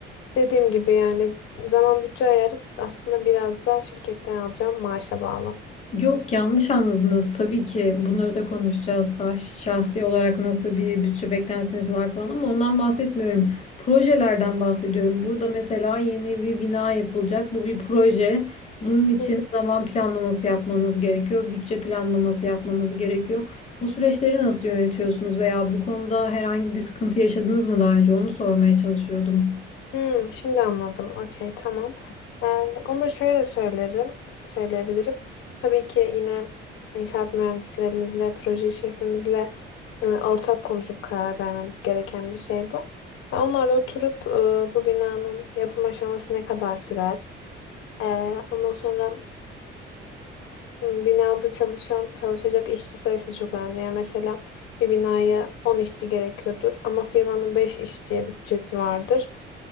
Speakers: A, on the left; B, on the left.
A: Dediğim gibi yani zaman bütçe ayarı aslında biraz da şirketten alacağım maaşa bağlı.
B: Yok yanlış anladınız tabii ki bunları da konuşacağız. Şah- Şahsi olarak nasıl bir bütçe beklentiniz var falan ama ondan bahsetmiyorum. Projelerden bahsediyorum. Burada mesela yeni bir bina yapılacak. Bu bir proje. Bunun için
A: Hı.
B: zaman planlaması yapmanız gerekiyor. Bütçe planlaması yapmanız gerekiyor. Bu süreçleri nasıl yönetiyorsunuz veya bu konuda herhangi bir sıkıntı yaşadınız mı daha önce? Onu sormaya çalışıyordum.
A: Hmm, şimdi anladım. Okey, tamam. Ee, onu da şöyle söylerim, söyleyebilirim. Tabii ki yine inşaat mühendislerimizle, proje şefimizle e, ortak konuşup karar vermemiz gereken bir şey bu. Ya onlarla oturup e, bu binanın yapım aşaması ne kadar sürer? E, ondan sonra Hmm, Binada çalışan, çalışacak işçi sayısı çok önemli. Yani mesela bir binaya 10 işçi gerekiyordur ama firmanın 5 işçiye bütçesi vardır.